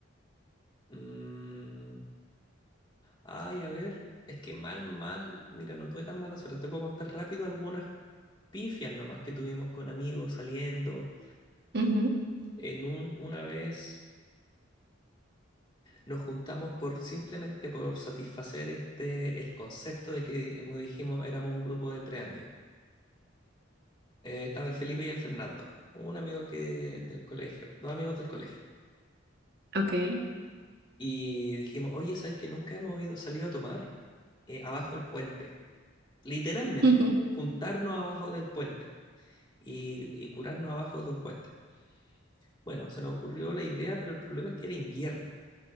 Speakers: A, on the left; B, on the right.
A: Mm, ay, a ver, es que mal, mal, mira, no tuve tan mala suerte. Te puedo contar rápido algunas pifias nomás que tuvimos con amigos saliendo.
B: Ujú,
A: En un, una vez nos juntamos por simplemente por satisfacer este el concepto de que, como dijimos, éramos un grupo de tres amigos. Eh, estaba el Felipe y el Fernando, un amigo que del colegio, dos amigos del colegio.
B: Ok.
A: Y dijimos, oye, ¿sabes que nunca hemos ido, salido a tomar eh, abajo del puente? Literalmente,
B: <laughs>
A: juntarnos abajo del puente y, y curarnos abajo de un puente. Bueno, se nos ocurrió la idea, pero el problema es que era invierno.